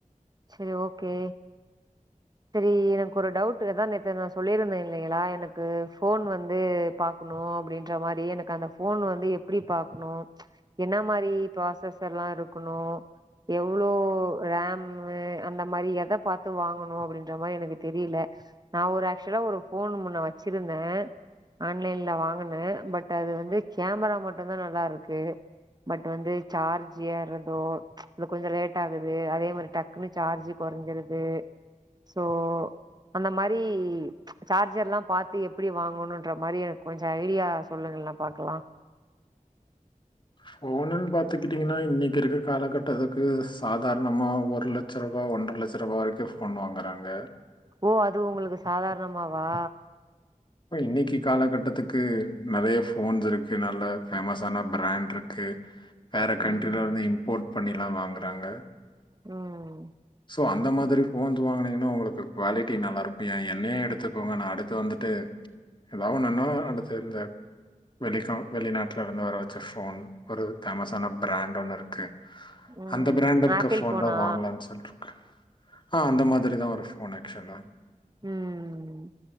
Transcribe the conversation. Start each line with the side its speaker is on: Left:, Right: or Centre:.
Right: செரி ஓகே செரி எனக்கு ஒரு டவுட் ஆதா நேத்து நா சொல்லிருந்தே இல்லைகளா எனக்கு ஃபோன் வந்து பாக்கணு னு அப்டின்ற மாரி எனக்கு அந்த ஃபோன் வந்து எப்டி பாக்னு என்ன மாரி பிராசஸ் எல்லா இரு குனு எவ்ளோ ரேம் அந்த மாரி எத பாத்து வாங்கணு அப்டின்ற மாரி எனக்கு தெரியில நா ஒரு ஆக்சுலா ஒரு ஃபோன் முன்ன வச்சிருந்தே ஆன்லைன்ல வாங்கன பட் அது வந்து கேமரா மட்டு தா நல்லாருக்கு பட் வந்து சார்ஜ் ஏறதோ அது கொஞ்சோ லேட் ஆகுது அதே மாரி டக்குன்னு சார்ஜி கொறஞ்சிருது சோ அந்த மாரி சார்ஜர்லா பாத்து எப்டி வாங்கனுன்ற மாரி எனக் கொஞ்ச ஐடியா சொல்லனு ஃபுல்லா பாக்கலா
Left: ஃபோனுன் பாத்துக்கிட்டீங்னா இன்னைக்கு இருக்க கால கட்டத்துக்கு சாதாரணமா ஒரு லட்ச ரூவா ஒன்ற லட்ச ரூபா வரைக்கு ஃபோன் வாங்குறாங்க
Right: ஓ அது உங்களுக்கு சாதாரணமாவா
Left: இப்ப இன்னிக்கு காலகட்டத்துக்கு நெறைய ஃபோன்ஸ் இருக்கு நல்ல பேமஸான பிராண்ட்ருக் கு வேற கண்ட்ரில
Right: ம்
Left: இருந்து இம்போட் பண்ணிலா வாங்குறாங்க
Right: ம்
Left: சோ அந்த மாதிரி ஃபோன்ஸ் வாங்குனிங்னா உங்களுக்கு குவாலிட்டி நல்லாருக்கு ஏ என்னயே எடுத்துகோங்க நா அடுத்து வந்துட்டு ஏதா ஒன்னுனா அந்த செல்ல வெளிக்கா வெளிநாட்லருந்து வர வச்ச ஃபோன் ஒரு பேமஸான பிராண்ட் ஒண்ணுருக்கு
Right: ம்
Left: அந்த பிராண்ட் இருக்க
Right: ஆப்பிள்
Left: ஃபோன்
Right: ஃபோனா
Left: தா வாங்கலான் சொல்ட்ருக்கு ஆ அந்த மாதிரி தா ஒரு ஃபோன் ஆக்சுலா
Right: ம் ம்